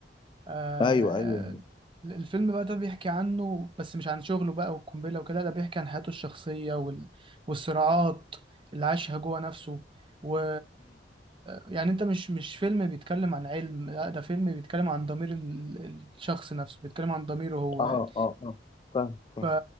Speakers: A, on the right; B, on the left.
A: آه
B: ايوه ايوه
A: الفيلم بقى ده بيحكي عنه بس مش عن شغله بقى والقنبلة وكده ده بيحكي عن حياته الشخصية وال... والصراعات اللي عاشها جوه نفسه و يعني انت مش مش فيلم بيتكلم عن علم لا ده فيلم بيتكلم عن ضمير ال... الشخص نفسه بيتكلم عن ضميره هو
B: اه
A: يعني
B: اه اه فاهم فاهم
A: ف...